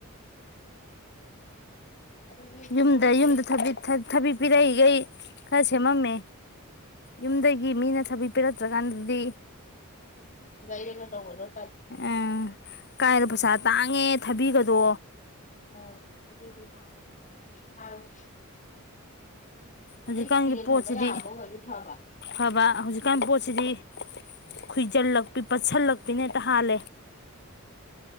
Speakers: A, on the left; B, on the left.
A: ꯑꯗꯨꯗꯤ
B: ꯌꯨꯝꯗ
A: ꯀꯣꯟꯁꯦ
B: ꯌꯨꯝꯗ ꯊꯕꯤ ꯊ ꯊꯕꯤ ꯄꯤꯔꯛꯏꯒꯩ ꯈꯔ ꯁꯦꯝꯃꯝꯃꯦ ꯌꯨꯝꯗꯒꯤ ꯃꯤꯅ ꯊꯕꯤ ꯄꯤꯔꯛꯇ꯭ꯔ ꯀꯥꯟꯗꯗꯤ
A: ꯂꯩꯔꯒ ꯇꯧꯒꯗ
B: ꯎꯝ ꯀꯥꯏꯗ ꯄꯩꯁꯥ ꯇꯥꯡꯉꯦ ꯊꯥꯕꯤꯒꯗꯣ
A: ꯑꯣ <unintelligible>
B: ꯍꯧꯖꯤꯛꯀꯥꯟꯒꯤ
A: ꯀꯨꯏꯅ
B: ꯄꯣꯠꯁꯤꯗꯤ
A: ꯊꯝꯕ ꯌꯥꯕ ꯑꯣꯏꯔꯗꯤ ꯐꯕ
B: ꯑꯐꯥꯕ ꯍꯧꯖꯤꯛꯀꯥꯟ ꯄꯣꯠꯁꯤꯗꯤ ꯈꯨꯏꯖꯤꯜꯂꯛꯄꯤ ꯄꯠꯁꯤꯜꯂꯛ ꯄꯤꯅ ꯍꯦꯛꯇ ꯍꯥꯜꯂꯦ